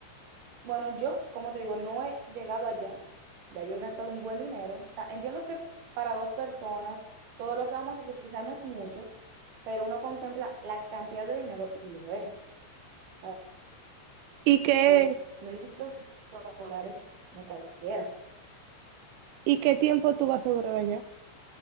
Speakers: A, on the right; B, on the right.
A: Bueno, yo, como te digo, no he llegado allá. Ya yo he gastado un buen dinero. O sea, entiendo que para dos personas, todo lo que vamos a hacer quizás no es mucho, pero uno contempla la cantidad de dinero y lo es. O sea,
B: ¿Y qué,
A: dos mil quinientos dólares, no cualquiera.
B: y qué tiempo tú vas a durar allá?